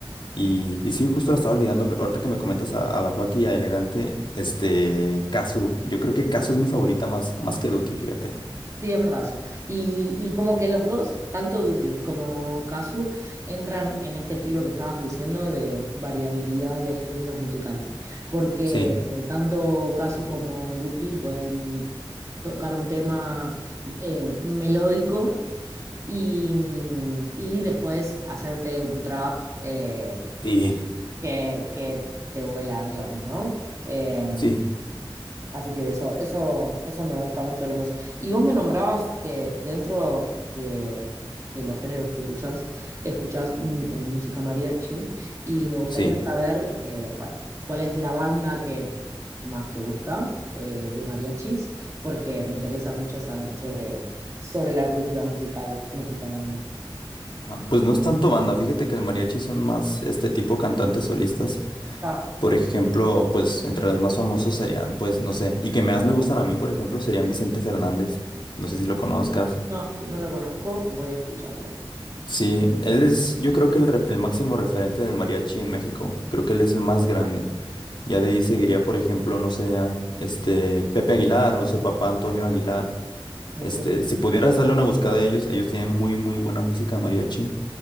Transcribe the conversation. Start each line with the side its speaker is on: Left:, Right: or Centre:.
Left: Y, y sí, justo la estaba olvidando, pero ahorita que me comentas a, a la Joaquín y a Elegante, este, Casu. Yo creo que Casu es mi favorita más, más que Duki, fíjate.
Right: Sí, es verdad eso. Y, y como que los dos, tanto Duki como Kazu, entran en este estilo que estabas diciendo de variabilidad de géneros musicales. Porque
Left: Sí,
Right: eh, tanto Kazu como Duki pueden tocar un tema eh, melódico y, mm, y después hacerte un trap eh,
Left: sí,
Right: que, que te vuela, digamos, ¿no? Em,
Left: sí,
Right: Así que eso, eso, eso me gusta mucho de los dos. Y vos me nombrabas que dentro de, de los géneros que escuchás, escuchás mm, eh, música mariachi. Y me gustaría
Left: sí.
Right: saber, eh, bueno, cuál es la banda que más te gusta eh, de mariachis, porque me interesa mucho saber sobre, sobre la cultura musical mexicana también.
Left: Ah, Pues no es tanto banda, fíjate que el mariachi son más este tipo cantantes solistas.
Right: Ah,
Left: Por ejemplo, pues entre los más famosos serían, pues, no sé, y que más me gustan a mí, por ejemplo, serían Vicente Fernández. No sé si lo conozcas.
Right: no, no, no lo conozco, voy a escucharlo.
Left: Sí, él es, yo creo que el, re- el máximo referente del mariachi en México. Creo que él es el más grande. Ya de ahí seguiría, por ejemplo, no sé, a, este Pepe Aguilar o su papá Antonio Aguilar.
Right: Ok.
Left: Este, si pudieras darle una buscada a ellos, ellos tienen muy, muy buena música mariachi.